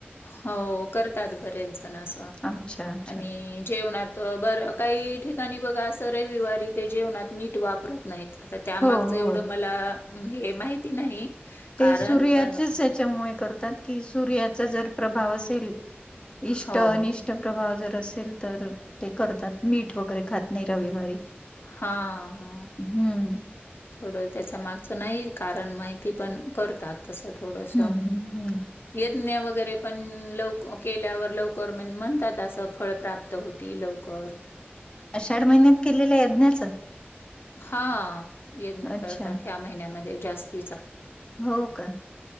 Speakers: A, on the left; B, on the left.
A: हो करतात बरेच जण अस
B: अच्छा अच्छा
A: आणि जेवणात बर काही िकाणी बा अस रवारी जेव वापत नाही त्याग
B: हो हो
A: एढं मला हे माहिती नाही
B: ते
A: कारण
B: सूर्याचे
A: पण
B: तात की स्याचा जर प्रभाव असेल इ
A: हो.
B: अन प्रभाव जर असेल तर ते करतात मीठ वगैरे खात नाही रविवारी
A: हा हा
B: हम्म
A: थोडं त्याचा मागचं नाही कारण माहिती पण करतात तसं थोडस
B: हम्म हम्म हम्म
A: यज्ञ वगैरे पण लव केल्यावर लवकर म्ह म्हणतात असं फळ प्राप्त होती लवकर
B: आषाढ महिन्यात केलेलं यज्ञाचं
A: हा यजन
B: अच्छा
A: करतात ह्या महिन्यामध्ये जास्त
B: हो का